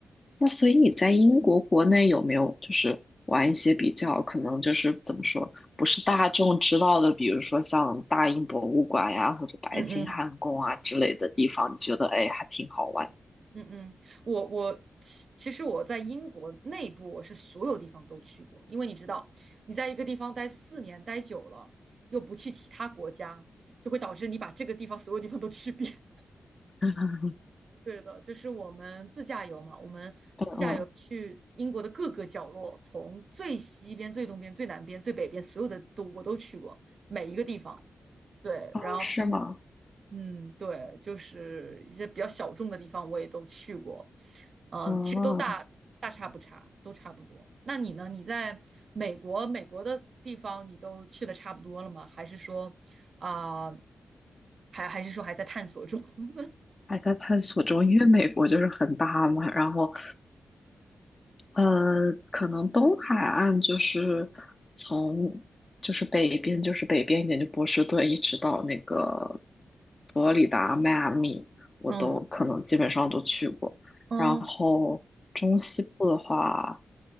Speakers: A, on the left; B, on the right.
A: 那所以你在英国国内有没有就是玩一些比较可能就是怎么说不是大众知道的，比如说像大英博物馆呀或者白金汉宫啊之类的地方，
B: 嗯嗯。
A: 你觉得哎还挺好玩
B: 嗯嗯，我我其其实我在英国内部，我是所有地方都去过，因为你知道，你在一个地方待四年待久了，又不去其他国家，就会导致你把这个地方所有地方都去遍。<laughs>
A: 嗯
B: 对的，就是我们自驾游嘛，我们自驾游去英国的各个角落，
A: <laughs> 嗯，
B: 从最西边、最东边、最南边、最北边，所有的都我都去过，每一个地方。对，
A: 哦，
B: 然后
A: 是吗？
B: 嗯，对，就是一些比较小众的地方我也都去过。嗯，
A: 哦，
B: 其实。大差不差，都差不多。那你呢？你在美国，美国的地方你都去的差不多了吗？还是说，啊、还还是说还在探索中？<laughs>
A: 还在探索中，因为美国就是很大嘛，然后呃，可能东海岸就是从就是北边，就是北边一点，就波士顿一直到那个佛罗里达、迈阿密，我都可能基本上都去过。
B: 嗯嗯
A: 然后中西部的话，